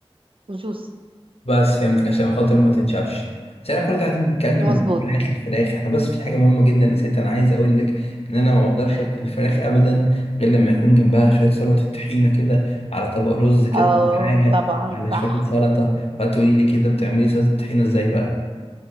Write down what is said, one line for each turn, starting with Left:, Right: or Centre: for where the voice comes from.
Right: وجوسي
Left: بس فهمتك عشان خاطر ما تنشفش بس احنا كل ده قاعدين بنتكلم
Right: مظبوط
Left: عن الفراخ الفراخ احنا بس في حاجة مهمة جدا نسيت انا عايز اقول لك ان انا ما اقدرش اكل الفراخ ابدا غير لما يكون جنبها شوية سلطة طحينة كده على طبق رز كده
Right: اه
Left: ولا حاجة
Right: طبعا
Left: على
Right: صح
Left: شوية سلطة فتقولي لي كده بتعملي سلطة طحينة ازاي بقى